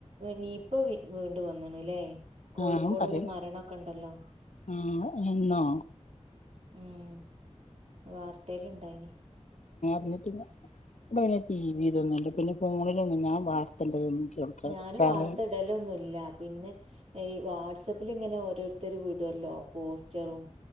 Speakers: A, on the right; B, on the left.
A: നീ ഇപ്പൊ വീ വീണ്ടു വന്ന്ണ് ലെ കോഴിക്കോട്
B: ആഹ് പറയ്
A: ഒരു മരണൊക്കെ ണ്ടല്ലോ
B: ആഹ് എന്നോ
A: ഉം വാർത്തേല് ഇണ്ടായിനി.
B: ന്നിട്ട് വ. വടെ ടി വി തൊന്നില്ല. പിന്നെ ഫോണിലൊന്നും ഞാൻ വാർത്തള്ളേന്നു
A: ഞാന് വാർത്തയിടലൊന്നുല്ല.
B: <unintelligible>
A: പിന്നെ ഇ വാട്സആപ്പിൽ ഇങ്ങനെ ഓരോരുത്തർ വിടുല്ലോ പോസ്റ്ററും